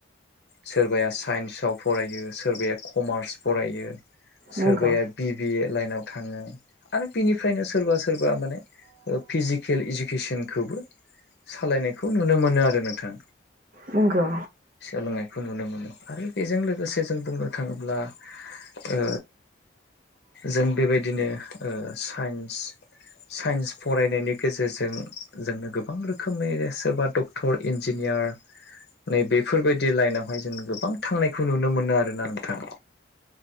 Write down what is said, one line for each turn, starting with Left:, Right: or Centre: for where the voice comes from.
Left: सोरबाया साइन्सआव फरायो सोरबाया कमार्स फरायो सोरबाया
Right: नंगौ नंगौ
Left: बि बिए लाइनाव थाङो आरो बिनिफ्रायनो सोरबा सोरबा माने फिजिकेल इडुकेसनखौबो सालायनायखौ नुनो मोनो आरो नोंथां
Right: नंगौ
Left: सोलोंनायखौ नुनो मोनो आरो बेजों लोगोसे जों बुंनो थाङोब्ला ओ जों बेबायदिनो ओ साइन्स साइन्स फरायनायनि गेजेरजों जोंनो गोबां रोखोमनि सोरबा डक्टर इन्जिनियार नै बेफोरबायदि लाइनावहाय जोङो गोबां थांनायखौ नुनो मोनो आरो ना नोंथां